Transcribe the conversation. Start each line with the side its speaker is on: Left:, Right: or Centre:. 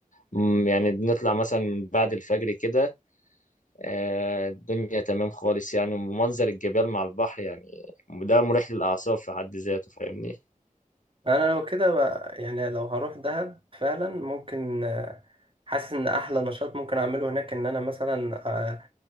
Left: مم، يعني بنطلع مثلا من بعد الفجر كده آه، الدنيا تمام خالص يعني ومنظر الجبال مع البحر يعني ده مريح للأعصاب في حد ذاته فاهمني
Right: انا لو كده بقى- يعني لو هروح دهب فعلا ممكن آه، حاسس ان احلى نشاط ممكن اعمله هناك ان انا مثلا آه،